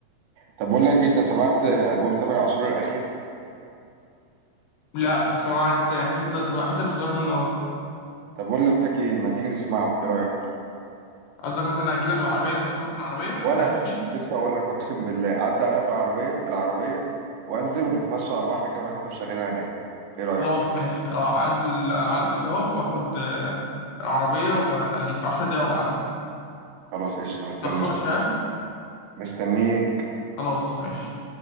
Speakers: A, on the right; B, on the left.
A: طب بقول لك إيه، انت سمعت ألبوم تامر عاشور الأخير؟
B: لا سمعت حتة صغيرة حتة صغيرة منه قوي
A: طب بقول لك ايه ما تيجي نسمعه ايه رأيك؟
B: قصدك مثلا اجيلك بالعربية نسمعه في العربية
A: ولا
B: واحنا ماشيين
A: كنت لسه اقول لك اقسم بالله عدى عليا في العربية بالعربية وانزل ونتمشى على البحر كمان احنا مشغلين اغاني ايه رأيك؟
B: خلاص ماشي اه انزل آه، البس اهو واخد آه، العربية واجيلك عشر دقايق وابقى عندك
A: خلاص قشطة مستنيك
B: متأخرش ها
A: مستنيك
B: خلاص ماشي